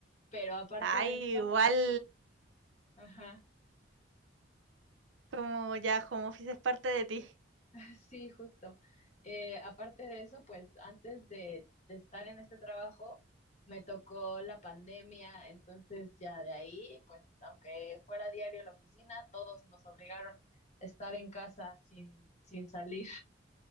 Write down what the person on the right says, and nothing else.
ah,
igual
como ya home office es parte de ti.